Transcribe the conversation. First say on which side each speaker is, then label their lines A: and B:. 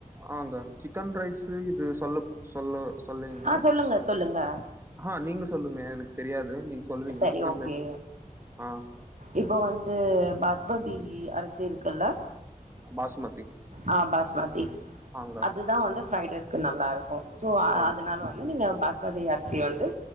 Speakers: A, on the right; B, on the right.
A: ஆங்க சிக்கன் ரைஸு இது சொல்லுப் சொல்லு சொல்லுவீங்ளா
B: ஆ சொல்லுங்க சொல்லுங்க
A: ஆ நீங்க சொல்லுங்க எனக்கு தெரியாது நீங் சொல்லுவீங்ளா
B: சரி
A: சிக்கன்
B: ஓகே
A: ரைஸ் ஆ
B: இப்போ வந்து பாஸ்மதி அரிசி இருக்குல்ல
A: பாஸ்மதி
B: ஆ பாஸ்மதி
A: ஆங்க
B: அதுதான் வந்து ஃபிரைட் ரைஸ்க்கு நல்லா இரு க்கு சோ
A: ஆ
B: அதுனால வந்து நீங்க பாஸ்மதி அரிசி வந்து